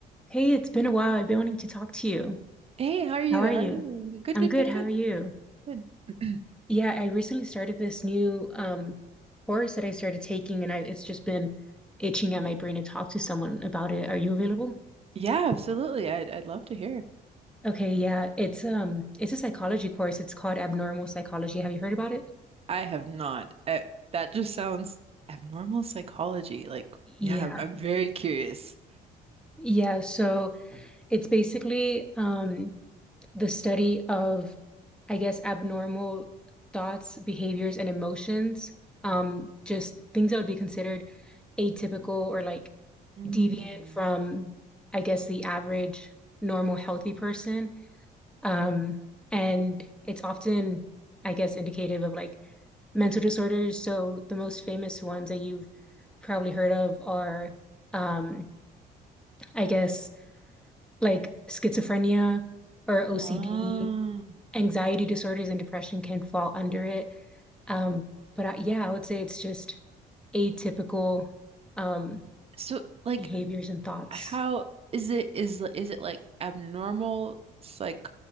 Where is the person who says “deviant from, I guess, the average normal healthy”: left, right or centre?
Centre